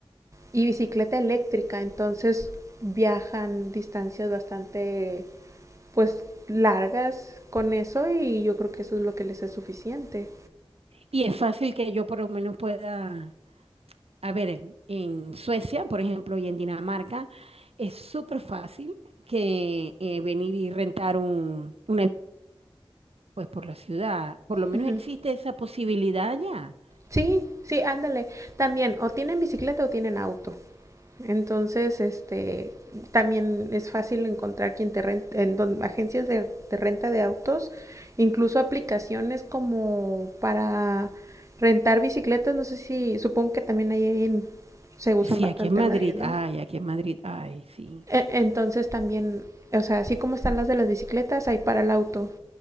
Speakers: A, on the right; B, on the right.
A: y bicicleta eléctrica, entonces viajan distancias bastante pues largas con eso y yo creo que eso es lo que les es suficiente.
B: Y es fácil que yo por lo menos pueda... A ver, en en Suecia, por ejemplo, y en Dinamarca, es súper fácil que eh, venir y rentar un, una em- pues por la ciudad. Por lo menos
A: Ujú.
B: existe esa posibilidad allá.
A: Sí, sí, ándale. También o tienen bicicleta o tienen auto. Entonces, este, también es fácil encontrar quien te ren- en don- agencias de, de renta de autos, incluso aplicaciones como para rentar bicicletas, no sé si, supongo que también ahí en- se usan
B: Sí,
A: bastante
B: aquí en
A: en
B: Madrid,
A: Madrid, ¿no?
B: ay, aquí en Madrid, ay, sí.
A: E- Entonces también, o sea, así como están las de las bicicletas, hay para el auto